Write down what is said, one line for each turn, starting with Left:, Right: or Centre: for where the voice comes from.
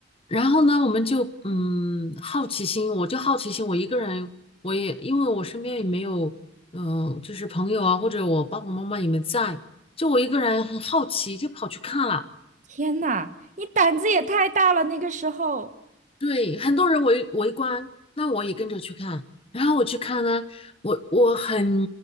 Left: 然后呢，我们就嗯好奇心，我就好奇心，我一个人，我也因为我身边也没有，嗯、就是朋友啊，或者我爸爸妈妈也没在，就我一个人很好奇，就跑去看了。
Right: 天呐，你胆子也太大了！那个时候，
Left: 对，很多人围围观，那我也跟着去看。
Right: 嗯，
Left: 然后我去看呢，我我很